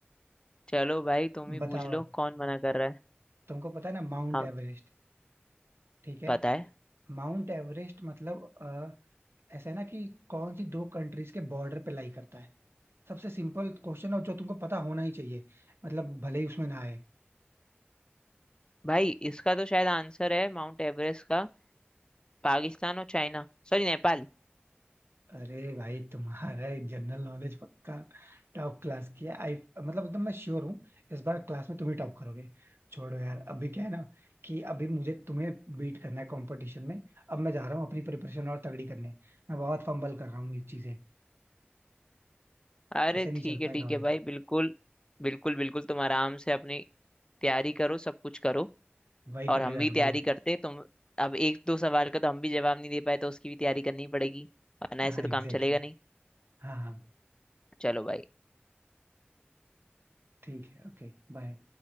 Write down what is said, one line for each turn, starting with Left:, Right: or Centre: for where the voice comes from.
Left: चलो भाई तुम ही
Right: बताओ
Left: पूछ लो कौन मना कर रहा है
Right: तुमको पता है ना माउंट
Left: हम
Right: एवरेस्ट ठीक है
Left: पता है
Right: माउंट एवरेस्ट मतलब अ, ऐसा है ना कि कौन सी दो कंट्रीज के बॉर्डर पे लाई करता है सबसे सिंपल क्वेश्चन है और जो तुमको पता होना ही चाहिए मतलब भले ही उसमें ना आए
Left: भाई इसका तो शायद आंसर है माउंट एवरेस्ट का पाकिस्तान और चाइना सॉरी नेपाल
Right: अरे भाई तुम्हारा जनरल नॉलेज पक्का टॉप क्लास की है आई मतलब एकदम मैं श्योर हूँ इस बार क्लास में तुम ही टॉप करोगे छोड़ो यार अभी क्या है ना कि अभी मुझे तुम्हें बीट करना है कंपटीशन में अब मैं जा रहा हूँ अपनी प्रिपरेशन और तगड़ी करने मैं बहुत फंबल कर रहा हूँ ये चीजें
Left: अरे
Right: ऐसे नहीं
Left: ठीक
Right: चल
Left: है
Right: पाएगा
Left: ठीक
Right: भाई
Left: है भाई बिल्कुल बिल्कुल बिल्कुल तुम आराम से अपनी तैयारी करो सब कुछ करो
Right: वही
Left: और
Right: करने
Left: हम
Right: जा
Left: भी
Right: रहा हूँ भाई
Left: तैयारी
Right: मैं
Left: करते तुम अब एक दो सवाल का तो हम भी जवाब नहीं दे पाए तो उसकी भी तैयारी करनी पड़ेगी वरना
Right: हाँ
Left: ऐसे तो
Right: एग्जैक्टली
Left: काम चलेगा
Right: exactly.
Left: नहीं
Right: हाँ हाँ
Left: चलो भाई
Right: ठीक है ओके बाय